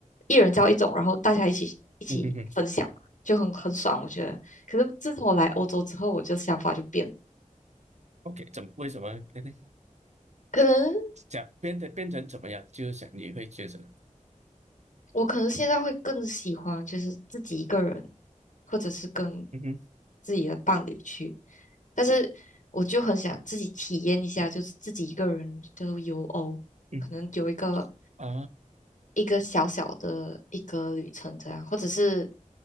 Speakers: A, on the left; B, on the right.
A: 一人叫一种，然后大家一起一起分享嘛，
B: 嗯嗯哼
A: 就很很爽，我觉得。可是自从我来欧洲之后，我就想法就变了，
B: o k 怎么为什么那个
A: 可能。
B: 讲变得变成怎么样？就是想你会觉得，
A: 我可能现在会更喜欢就是自己一个人，或者是跟
B: 嗯哼
A: 自己的伴侣去，但是我就很想自己体验一下，就是自己一个人就是游欧，
B: 嗯
A: 可能有一个
B: 啊，
A: 一个小小的一个旅程这样，或者是